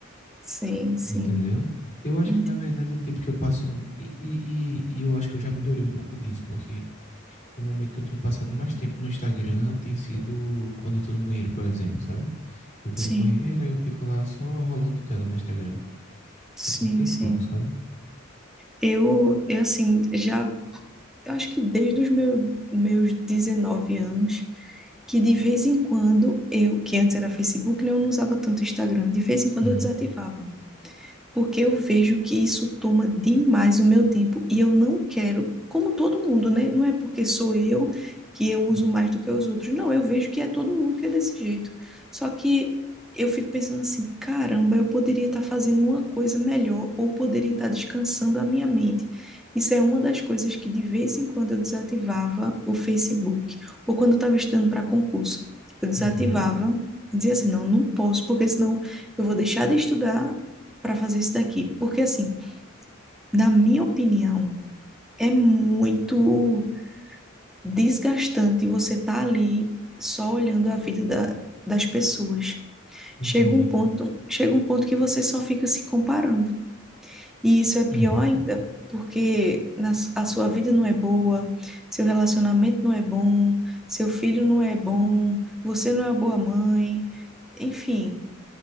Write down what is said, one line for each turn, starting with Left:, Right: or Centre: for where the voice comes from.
Centre: Sim, sim,
Left: Entendeu? Eu acho
Centre: entendi.
Left: que, na verdade, o tempo que eu passo. E, e, e- e eu acho que eu já melhorei um pouco disso, porque o momento que eu tenho passado mais tempo no Instagram tem sido quando eu tô no banheiro, por exemplo, sabe? Eu vou
Centre: Sim,
Left: no banheiro, aí eu fico lá só rolando tela no Instagram.
Centre: sim,
Left: Fico um tempão,
Centre: sim.
Left: sabe?
Centre: Eu, eu assim, já, eu acho que desde os meus, meus 19 anos, que de vez em quando eu, que antes era Facebook, né, eu não usava tanto Instagram, de vez em quando
Left: Hum.
Centre: eu desativava. porque eu vejo que isso toma demais o meu tempo e eu não quero, como todo mundo, né? Não é porque sou eu que eu uso
Left: Hum.
Centre: mais do que os outros. Não, eu vejo que é todo mundo que é desse jeito. Só que eu fico pensando assim, caramba, eu poderia estar fazendo uma coisa melhor ou poderia estar descansando a minha mente. Isso é uma das coisas que de vez em quando eu desativava o Facebook, ou quando eu estava estudando para concurso. Eu desativava,
Left: Uhum.
Centre: dizia assim, não, não posso, porque senão eu vou deixar de estudar para fazer isso daqui. Porque, assim, na minha opinião, é muito desgastante você estar tá ali só olhando a vida da, das pessoas.
Left: Entendi.
Centre: Chega um ponto, chega um ponto que você só fica se comparando. E isso é pior
Left: Uhum.
Centre: ainda, porque na, a sua vida não é boa, seu relacionamento não é bom, seu filho não é bom, você não é uma boa mãe. Enfim,